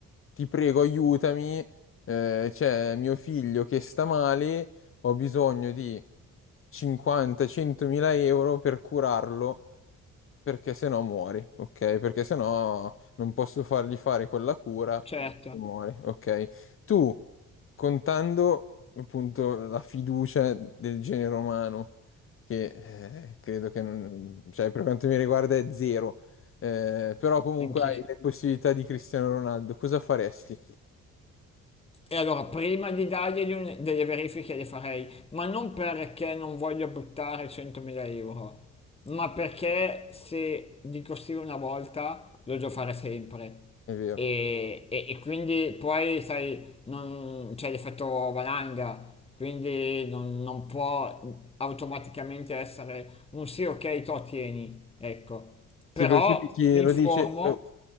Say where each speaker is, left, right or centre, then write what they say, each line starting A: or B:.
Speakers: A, on the left (about 45°); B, on the left (about 20°).
A: ti prego, aiutami, eh, c'è mio figlio che sta male, ho bisogno di 50-100 mila euro per curarlo perché se no muori, ok? Perché se no non posso fargli fare quella cura
B: Certo,
A: e muori, ok? Tu, contando appunto la fiducia del genere umano, che eh, credo che, non- cioè, per quanto mi riguarda è zero, eh, però comunque
B: anch'io.
A: hai le possibilità di Cristiano Ronaldo, cosa faresti?
B: E allora prima di dargli un- delle verifiche le farei, ma non perché non voglio buttare 100.000 euro, ma perché se dico sì una volta lo devo fare sempre.
A: È vero.
B: E, e- e quindi poi, sai, non c'è l'effetto valanga, quindi non, non può automaticamente essere un sì, ok, to tieni, ecco.
A: Sì,
B: Però
A: perché chi
B: mi
A: lo
B: informo,
A: dice, lo,